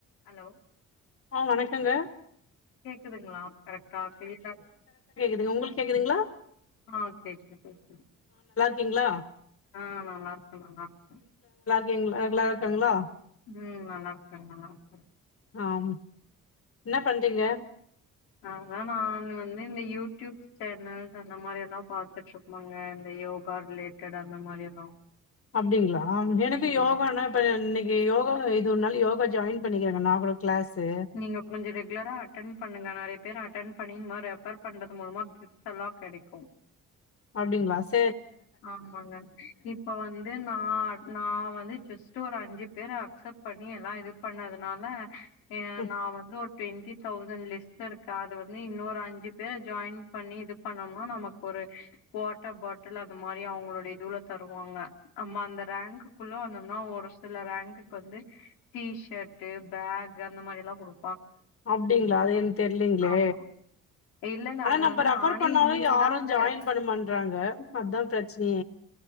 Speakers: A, on the left (about 90°); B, on the left (about 35°).
A: Hello
B: ஆ வணக்கங்க
A: கேக்குதுங்களா கரெக்டா கிளியரா இருக்
B: து உங்களுக்கு கேக்குதுங்களா
A: ஆ கேக்குது கேக்குது
B: கிங்களா
A: ஆ நல்லா இருக்கு நல்லா இருக்கு
B: கிங்களா எல்ல இருக்காங்களா
A: ம் நல்லா இருக்காங்க நல்லா இருக்கா
B: ஆம் இன்னா பண்றீங்க
A: நாங்கள நா வந்து இந்த யூடியடியூப் சேனல்ஸ் அந்த மாரி எல்லா பாத்துட்டு இருப்பேங்க இந்த யோகா ரிலேட்டட் அந்த மாரி எல்லா
B: அப்பிடிங்களா எனக்கு
A: ம்
B: யோகானா இப்ப இன்னே கி யோகா இது ஒரு நாளு யோகா ஜாயின் பண்ணிக்கிறாங்க நா கூட கிளாஸு
A: நீங்க கொஞ்ச ரெகுலரா அட்டென் பண்ணுங்க நெறைய பேர் அட்டென் பண்ணி இதுமா ரெபர் பண்றது மூலமா கிஃட்ஸ் எல்லா கெடைக்கு
B: அப்பிடிங்களா சே
A: ஆமாங்க இப்ப வந்து ந ந வந்து ஜஸ் ட்டு ஒரு அஞ்சு பேர அக்செப்ட் பண்ணி எல்லா இது பண்ணதுனால ஏ
B: ம்
A: நா வந்து ஒரு டிவெண்டி தவ்சன் லிஸ்ட்ல இருக அது வந்து இன்னொரு அஞ்சு பேர ஜாயின் பண்ணி இது பண்ணோம்னா நமக்கு ஒரு வாட்டர் பாட்டில் அப் இந்த மாரி அவுங்லோடைய இதுல தருவாங்க நம்ம அந்த ரேங்க்குக்குள்ள வந்தம்னா ஒரு சில ரேங்க்குக்கு வந்து டீஷர்ட்ட் பேக் அந்த மாரி எல்லா குடு
B: அப்பிடிங்களா அது என் தெர்லிங்களே
A: ஆமா. இல்ல இல்ல
B: ஆனா
A: அது
B: நம்ம
A: வந்து
B: ரெபர்
A: நானே
B: பண்ணாலு
A: இன்னைக்கு
B: யாரு
A: தான் அந்த
B: ஜாயின்
A: ரெஃப்
B: பண்ண மான்றாங்க அதா பிரச் சே